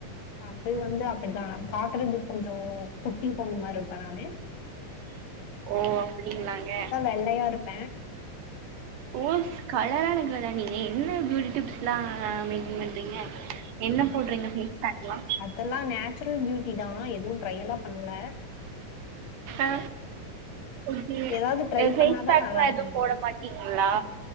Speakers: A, on the left (about 70°); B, on the right (about 80°).
A: அது வந்து அப்டிதா பாக்குறதுக் கொஞ்சொ குட்டி பொண்ணு மார் ருப்பே நானு
B: ஓ அப்டிங்களாங்க
A: வெள்ளையாருப்ப
B: ஓஸ் கலரான கேர்லா நீங்க என்ன பியூட்டி டிப்ஸ்லா மெயின்டெயின் பண்றீங்க என்ன போடுறீங்க ஃபேஸ்பேக்லா
A: அதெல்லா நேச்சுரல் பியூட்டிதா எதுவும் ட்ரை எல்லா பண்ல
B: ஆ ஓகே
A: ஏதாவது ட்ரை
B: எ ஃபேஸ்பேக்லா
A: பண்ணாதா நல்லா இருக்க
B: எதுவு
A: மாட்டோ
B: போட மாட் டீங்ளா